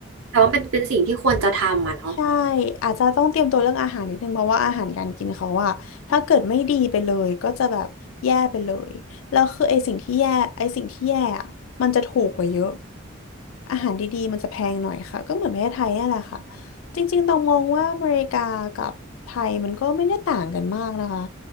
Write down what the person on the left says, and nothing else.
ใช่อาจจะต้องเตรียมตัวเรื่องอาหารนิดนึงเพราะว่าอาหารการกินเขาอะถ้าเกิดไม่ดีไปเลยก็จะแบบแย่ไปเลยแล้วคือไอสิ่งที่แย่ไอสิ่งที่แย่อะมันจะถูกกว่าเยอะอาหารดีๆมันจะแพงหน่อยค่ะก็เหมือนประเทศไทยนี่นแหละค่ะจริงๆต้องมองว่าอเมริกากับไทยมันก็ไม่ได้ต่างกันมากนะคะ